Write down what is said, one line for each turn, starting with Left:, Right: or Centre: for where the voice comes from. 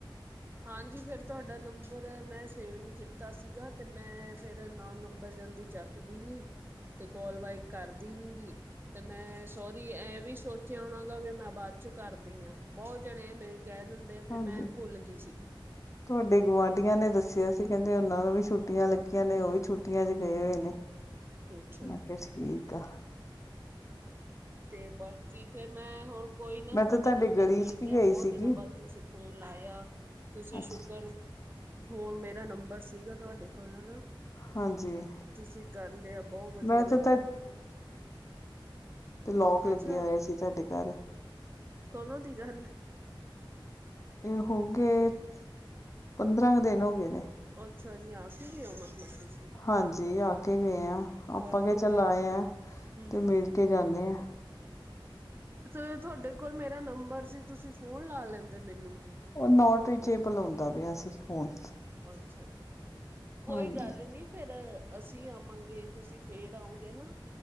Right: ਹਾਂਜੀ ਫਿਰ ਤੁਹਾਡਾ ਨੰਬਰ ਮੈਂ ਸੇਵ ਨਹੀਂ ਕੀਤਾ ਸੀਗਾ। ਤੇ ਮੈਂ ਫੇਰ ਨੋਨ ਨੰਬਰ ਜਲਦੀ ਚੱਕਦੀ ਨੀ ਤੇ ਕੋਲ ਬੇਕ ਕਰਦੀ ਨੀ ਗੀ। ਤੇ ਮੈਂ ਸੋਰ ਇਹ ਵੀ ਸੋਚਿਆ ਹੋਣਾ ਗਾ, ਵੀ ਮੈਂ ਬਾਅਦ ਚੋਂ' ਕਰਦੀ ਹਾਂ, ਬਹੁਤ ਜਣੇ ਐਵੇ ਕਹਿ ਦੇਣ ਤੇ ਫਿਰ
Left: ਹਾਂਜੀ
Right: ਮੈਂ ਭੁੱਲ ਗਈ ਸੀ।
Left: ਤੁਹਾਡੇ ਗੁਆਂਢੀਆਂ ਨੇ ਦੱਸਿਆ ਸੀ। ਕਹਿੰਦੇ ਉਹਨਾਂ ਨੂੰ ਵੀ ਛੁੱਟੀਆਂ ਲੱਗੀਆਂ ਨੇ ਉਹ ਵੀ ਛੁੱਟੀਆਂ 'ਚ ਗਏ ਹੋਏ ਨੇ
Right: ਅੱਛਾ
Left: ਮੈਂ
Right: ਜੀ
Left: ਕਿਹਾ ਠੀਕ ਆ।
Right: ਤੇ ਬਾਕੀ ਫੇਰ ਮੈਂ ਹੁਣ ਕੋਈ ਨਾ
Left: ਮੈਂ
Right: ਤੁਹਾਡਾ
Left: ਤਾਂ ਤੁਹਾਡੀ
Right: ਨੰਬਰ
Left: ਗਲੀ
Right: ਮਿਲ
Left: 'ਚ ਵੀ
Right: ਗਿਆ
Left: ਗਈ
Right: ਬਹੁਤ
Left: ਸੀਗੀ
Right: ਦਿਨਾਂ ਬਾਅਦ ਤੁਸੀਂ ਫੋਨ ਲਾਇਆ। ਤੁਸੀ
Left: ਅੱਛਾ
Right: ਸ਼ੁਕਰ ਫੋਨ ਮੇਰਾ ਨੰਬਰ ਸੀਗਾ ਤੁਹਾਡੇ ਕੋਲ ਹੈ ਹਨਾ।
Left: ਹਾਂਜੀ
Right: ਤੁਸੀ ਕਰ ਲਿਆ ਬਹੁ ਵਧੀਆ
Left: ਮੈਂ
Right: ਲੱਗਿਆ।
Left: ਤਾਂ ਕਿ ਲੋਕ ਲੱਗਿਆ
Right: ਅੱਛਾ
Left: ਹੋਇਆ ਸੀ ਤੁਹਾਡੇ ਘਰ
Right: ਕਦੋਂ ਦੀ ਗੱਲ
Left: ਇਹ ਹੋ ਗਏ ਪੰਦਰਾਂ ਕੁ ਦਿਨ ਹੋ ਗਏ ਨੇ।
Right: ਅੱਛਾ ਜੀ ਆ ਕਿ ਗਏ ਹੋ ਮਤਲਬ ਕਿ
Left: ਹਾਂਜੀ ਆ ਕੇ ਗਏ ਹਾਂ ਆਪਾਂ
Right: ਆ
Left: ਕਿ
Right: ਕੋਈ
Left: ਚੱਲ
Right: ਨੀ
Left: ਆਏ
Right: ਹੂੰ
Left: ਹ ਤੇ
Right: ਹੂੰ
Left: ਮਿਲ
Right: ਹੂੰ,
Left: ਕੇ ਜਾਂਦੇ ਆਂ।
Right: ਤੇ ਤੁਹਾਡੇ ਕੋਲ ਮੇਰਾ ਨੰਬਰ ਸੀ ਤੁਸੀਂ ਫੋਨ ਲਾ ਲੈਂਦੇ ਮੈਨੂੰ
Left: ਉਹ ਨੋਟ ਰੀਚੇਬਲ ਹੁੰਦਾ ਪਿਆ ਸੀ ਫੋਨ
Right: ਅੱਛਾ ਜੀ ਕੋਈ
Left: ਹਾਂਜੀ।
Right: ਗੱਲ ਨੀ। ਫੇਰ ਅਸੀ ਆਵਾਂਗੇ ਤੁਸੀਂ ਫੇਰ ਆਓਗੇ ਨਾ